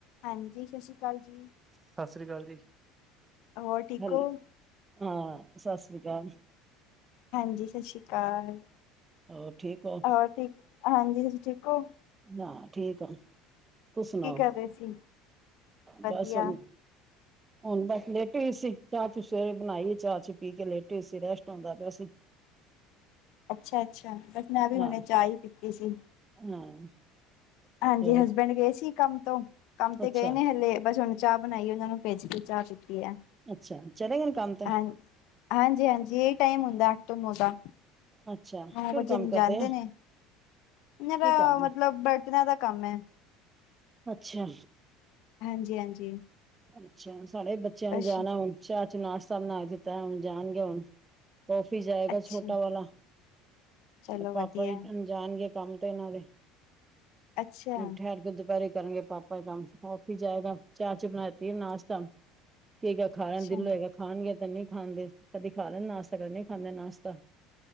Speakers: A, on the left; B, on the right.
A: ਹਾਂਜੀ। ਸਤਿ ਸ੍ਰੀ ਅਕਾਲ ਜੀ।
B: ਸਤਿ ਸ੍ਰੀ ਅਕਾਲ ਜੀ।
A: ਔਰ ਠੀਕ
B: ਹੈਲ
A: ਹੋ।
B: ਹਾਂ ਸਤਿ ਸ੍ਰੀ ਅਕਾਲ ਜੀ।
A: ਹਾਂਜੀ ਸਤਿ ਸ਼੍ਰੀ ਅਕਾਲ।
B: ਹੋਰ ਠੀਕ ਹੋ
A: ਹੋਰ ਠੀਕ। ਹਾਂਜੀ ਤੁਸੀ ਠੀਕ ਹੋ।
B: ਹਾਂ ਠੀਕ ਆ। ਤੂੰਸੀ ਸੁਣਾਓ
A: ਕੀ ਕਰ ਰਹੇ ਸੀ ਵਧੀਆ
B: ਬਸ ਹੁਣ। ਹੁਣ ਤਾਂ ਲੇਟੀ ਸੀ ਚਾਹ ਚ ਸਵੇਰੇ ਬਣਾਈ ਚਾਹ ਚ ਪੀ ਕੇ ਲੇਟੇ ਹੋਏ ਸੀ ਰੈਸਟ ਆਉਂਦਾ ਪਿਆ ਸੀ।
A: ਅੱਛਾ-ਅੱਛਾ ਬਸ ਮੈਂ ਵੀ
B: ਹਾਂ
A: ਹੁਣੇ ਚਾਹ ਹੀ ਪੀਤੀ ਸੀ।
B: ਹਾਂ।
A: ਹਾਂਜੀ
B: ਹੋਰ
A: ਹਸਬੈਂਡ ਗਏ ਸੀ ਕੰਮ ਤੋਂ ਕੰਮ ਤੇ
B: ਅੱਛਾ
A: ਗਏ ਨੇ ਹਲੇ ਬਸ ਹੁਣ ਚਾਹ ਬਣਾਈ ਇਹਨਾਂ ਨੂੰ ਭੇਜ ਕੇ ਚਾਹ ਪੀਤੀ ਹੈ।
B: ਅੱਛਾ ਚਲੇ ਗਏ ਕੰਮ ਤੇ
A: ਹਾਂ ਹਾਂਜੀ, ਹਾਂਜੀ ਇਹ ਟਾਈਮ ਹੁੰਦਾ ਅੱਠ ਤੋਂ ਨੋ ਦਾ।
B: ਅੱਛਾ ਕਿਹੜਾ
A: ਨੋ ਵਜੇ
B: ਕੰਮ ਕਰਦੇ
A: ਜਾਦੇ
B: ਆ
A: ਨੇ ਇਹ ਤਾਂ
B: ਕੀ ਕੰਮ
A: ਮਤਲਬ
B: ਹੈ
A: ਬਰ ਦਾ ਕੰਮ ਹੈ।
B: ਅੱਛਾ।
A: ਹਾਂਜੀ, ਹਾਂਜੀ।
B: ਅੱਛਾ ਸਾਡੇ ਬੱਚਿਆਂ
A: ਬਸ
B: ਨੂੰ ਜਾਣਾ ਹੁਣ ਚਾਹ ਨਾਸ਼ਤਾ ਬਣਾ ਕੇ ਦਿੱਤਾ ਹੁਣ ਜਾਣਗੇ ਹੁਣ। ਆਫਿਸ ਜਾਏਗਾ
A: ਅੱਛਾ
B: ਛੋਟਾ ਵਾਲਾ
A: ਚਲੋ
B: ਪਾਪਾ
A: ਵਧੀਆ
B: ਜਾਣਗੇ ਕੰਮ ਤੇ ਇਹਨਾਂ ਦੇ
A: ਅੱਛਾ
B: ਠਹਿਰ ਕੇ ਦੁਪਹਿਰੀ ਕਰਨਗੇ ਕਮ ਕੰਮ ਅਫਿਸ ਜਾਏਗਾ ਚਾਹ ਚੂ ਬਣਾਤੀ ਹੈ ਨਾਸ਼ਤਾ ਕੀ ਖਾਏਗਾ
A: ਅੱਛਾ
B: ਦਿਲ ਹੋਏਗਾ। ਖਾਣਗੇ ਤਾਂ ਨਹੀਂ ਖਾਂਦੇ ਕਦੀ ਖਾ ਲੈਣ ਨਾਸ਼ਤਾ ਕਦੇ ਨਹੀਂ ਖਾਂਦੇ ਨਾਸ਼ਤਾ।